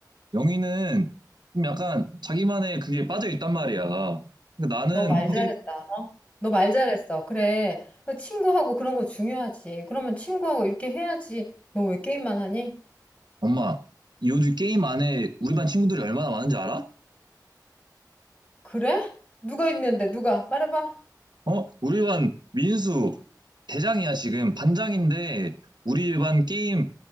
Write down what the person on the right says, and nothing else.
영희는 좀 약간 자기만의 그게 빠져 있단 말이야. 근데 나는
게
엄마, 요즘 게임 안에 우리 반 친구들이 얼마나 많은지 알아?
어? 우리 반 민수 대장이야 지금 반장인데 우리 반 게임